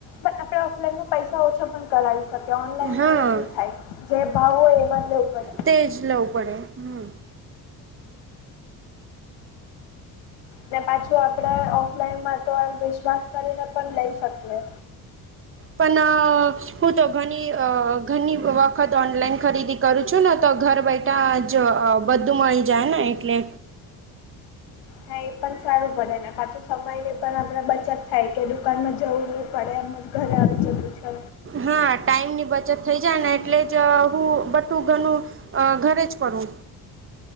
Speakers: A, on the left; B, on the right.
A: પણ આપણે ઓફલાઈન માં પૈસા ઓછા પણ કરાવી શકે ઓનલાઈનમાં
B: હા
A: એવું નહીં થાય જે ભાવ હોય, એમાં જ લવ પડે
B: તેજ લવું પડે હમ
A: ને પાછું આપણે ઓફલાઈનમાં તો, એમ વિશ્વાસ કરીને પણ લઈ શકીએ
B: પણ હું તો ઘણી ઘણી વખત ઓનલાઈન ખરીદી કરું છું, ને તો ઘર બેઠ ટાં જ બધું મળી જાય ને એટલે
A: હા એ પણ સારું પડે ને પાછું સમયની પણ, આપણે બચત થાય કે દુકાનમાં જવું પડે એમ જ ઘરે આવી જતું છે.
B: હા ટાઈમ ની બચત થઇ જાય ને એટલે, જ હું બધું ઘણું અ ઘરે જ પડું